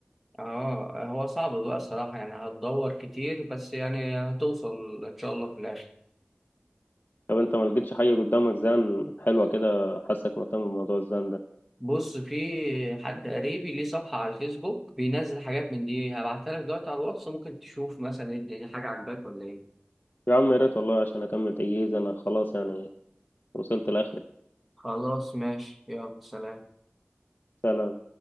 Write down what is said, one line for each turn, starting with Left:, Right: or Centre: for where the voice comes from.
Centre: اه هو صعب بقى الصراحة يعني هتدور كتير بس يعني هتوصل ان شاء الله في الاخر
Left: طب انت ما لقيتش حاجه قدامك زان حلوه كده حاسك مهتم بموضوع الزان ده
Centre: بص في حد قريبي ليه صفحة على الفيسبوك بينزل حاجات من دي هبعتها لك دلوقتي على الواتس ممكن تشوف مثلا ايه الدنيا، حاجة عجباك ولا ايه
Left: يا عم يا ريت والله عشان اكمل تجهيز انا خلاص يعني وصلت لاخري
Centre: خلاص ماشي يلا سلام
Left: سلام